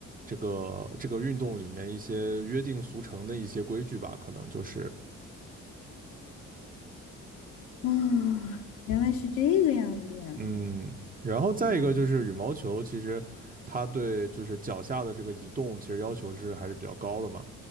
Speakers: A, on the right; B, on the left.
A: 这个这个运动里面一些约定俗成的一些规矩吧，可能就是
B: 啊，原来是这个样子呀。
A: 嗯，然后再一个就是羽毛球，
B: 嗯，
A: 其实它对就是脚下的这个移动，其实要求是还是比较高的嘛。